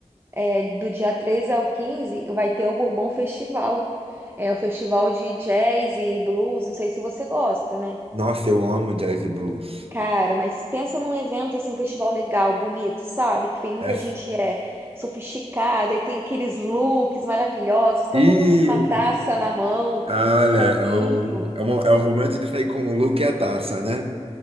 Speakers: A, on the right (about 20°); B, on the right (about 50°).
A: é, do dia 13 ao 15, vai ter o Bourbon Festival. É um festival de jazz e blues, não sei se você gosta, né?
B: Nossa, eu amo jazz e blues.
A: Cara, mas pensa num evento assim, um festival legal, bonito, sabe? Que vem muita
B: É
A: gente é sofisticada e tem aqueles looks maravilhosos, todo
B: E
A: mundo com uma taça na mão,
B: olha,
A: com vinho.
B: é o, é o, é o momento de sair com o look e a taça, né?